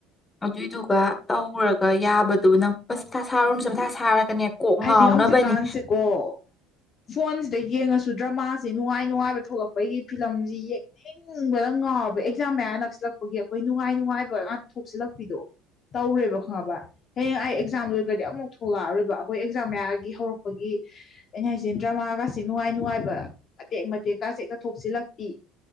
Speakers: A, on the left; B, on the left.
A: ꯑꯗꯨꯏꯗꯨꯒ ꯇꯧꯔꯒ ꯌꯥꯕꯗꯨ ꯅꯪꯁ ꯃꯊꯥ ꯁꯥꯔꯨꯔꯅꯁꯨ ꯃꯊꯥ ꯁꯥꯔꯒꯅꯦ ꯀꯣꯛ
B: ꯍꯥꯏꯗꯤ
A: ꯉꯥꯎꯅꯕꯅꯤ
B: ꯍꯧꯖꯤꯛꯀꯥꯟꯁꯦꯀꯣ ꯐꯣꯟꯁꯤꯗ ꯌꯦꯡꯉꯁꯨ ꯗ꯭ꯔꯃꯥꯁꯤ ꯅꯨꯡꯉꯥꯏ ꯅꯨꯡꯉꯥꯏꯕ ꯊꯣꯛꯂꯛꯄꯒꯤ ꯐꯤꯂꯝꯁꯤ ꯌꯦꯡꯅꯤꯡꯕꯗ ꯉꯥꯎꯕ ꯑꯦꯛꯖꯥꯝ ꯃꯌꯥ ꯅꯛꯁꯤ ꯛꯄꯒꯤ ꯑꯩꯈꯣꯏ ꯅꯨꯡꯉꯥꯏ ꯅꯨꯡꯉꯥꯏꯕ ꯉꯥꯛ ꯊꯣꯛꯆꯤꯜꯂꯛꯄꯤꯗꯣ ꯇꯧꯔꯦꯕ ꯈꯪꯉꯕ ꯍꯌꯦꯡ ꯑꯩ ꯑꯦꯛꯖꯥꯝꯗꯨ ꯑꯣꯏꯔꯒꯗꯤ ꯑꯃꯨꯛ ꯊꯂꯛꯑꯔꯣꯏꯕ ꯑꯩꯈꯣꯏ ꯑꯦꯛꯖꯥꯝ ꯃꯌꯥꯔꯒꯤ ꯍꯧꯔꯛꯄꯒꯤ ꯑꯩꯅ ꯍꯥꯏꯁꯤꯟ ꯗ꯭ꯔꯃꯥꯒꯁꯤꯦ ꯅꯨꯡꯉꯥꯏ ꯅꯨꯡꯉꯥꯏꯕ ꯑꯇꯦꯛ ꯃꯇꯦꯛ ꯥꯁꯦꯛꯇꯊꯣꯛꯆꯜꯂꯛꯄꯤ